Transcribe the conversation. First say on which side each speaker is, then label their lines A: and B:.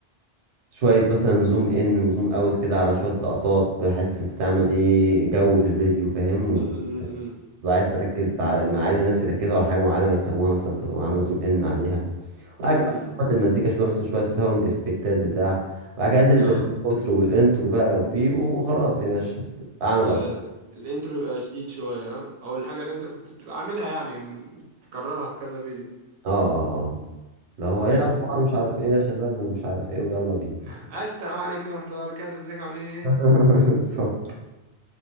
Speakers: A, on the right (about 85°); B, on the right (about 65°).
A: شوية مثلا زوم ان وزوم اوت كده على شوية لقطات بحيث انت تعمل ايه جو في الفيديو فاهم
B: امم
A: وتبقى عايز تركز ع- ما عايز الناس يركزوا على حاجة معينة ويفهموها مثلا فتقوم عامل زوم ان عليها وبعد
B: امم
A: كده تظبط المزيكا شوية مثلا شوية ساوند افكتات بتاع بعد كده تلزق
B: اه
A: الاوترو والانترو بقى لو فيه وخلاص يا باشا اعمل
B: آه،
A: اب
B: الانترو يبقى شديد شويه ها او الحاجه اللي انت كنت بتبقى عاملها يعني بتكررها في كذا فيديو
A: اه اه اه لو هو
B: جامد
A: ايه الاخبار مش عارف ايه يا شباب ومش عارف ايه ويلا بينا
B: <laughs> السلام عليكم ورحمه الله وبركاته ازيك عاملين
A: <laughs> بالظبط